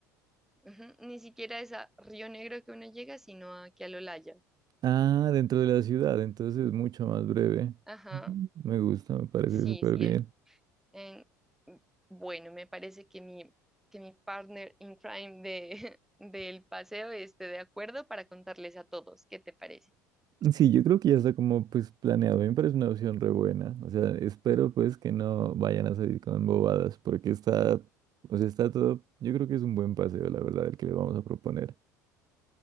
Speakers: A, in the centre; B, on the right (about 45°).
A: ujú, Ni siquiera es a Río Negro que uno llega, sino aquí al Olaya.
B: Ah, dentro de la ciudad, entonces es mucho más breve.
A: Ajá.
B: Ujú. Me gusta, me parece
A: Sí,
B: súper
A: sí,
B: bien.
A: es- en- bueno, me parece que mi, que mi partner in crime de, <laughs> del paseo esté de acuerdo para contarles a todos. ¿Qué te parece?
B: Sí, yo creo que ya está como pues planeado. A mí me parece una opción re buena. O sea, espero pues que no vayan a salir con bobadas porque está, o sea, está todo, yo creo que es un buen paseo, la verdad, el que le vamos a proponer.